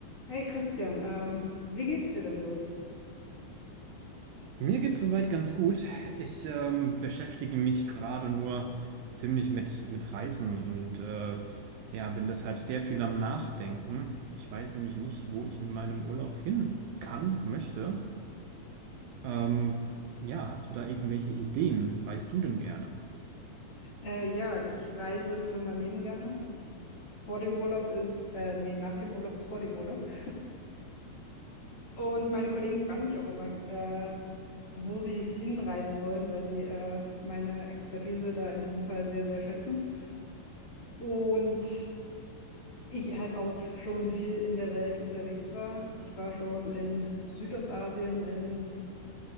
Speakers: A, on the left (about 40°); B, on the right (about 75°).
A: Hey Christian, ähm, wie geht's dir denn so?
B: Mir geht's soweit ganz gut. Ich ähm, beschäftige mich gerade nur ziemlich mit, mit Reisen und äh, ja, bin deshalb sehr viel am Nachdenken. Ich weiß nämlich nicht, wo ich in meinem Urlaub hin kann, möchte. Ähm, ja, hast du da irgendwelche Ideen? Reist du denn gerne?
A: Äh, ja, ich reise für mein Leben gerne. Ich, vor dem Urlaub ist, äh, nee, nach dem Urlaub ist vor dem Urlaub. <laughs> Und meine Kollegen fragen mich auch immer, äh, wo sie hinreisen sollen, weil sie äh, meine Expertise da in diesem Fall sehr, sehr schätzen. Und ich halt auch schon viel in der Welt unterwegs war. Ich war schon in Südostasien, in